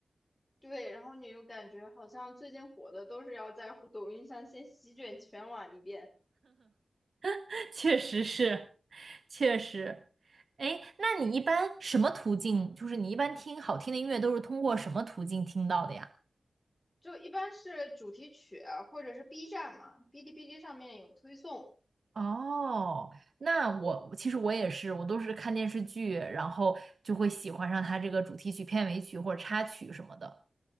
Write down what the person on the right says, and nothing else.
<laughs> 确实是。确实。哎，那你一般什么途径？就是你一般听好听的音乐都是通过什么途径听到的呀？
哦，那我其实我也是，我都是看电视剧，然后就会喜欢上它这个主题曲、片尾曲或者插曲什么的。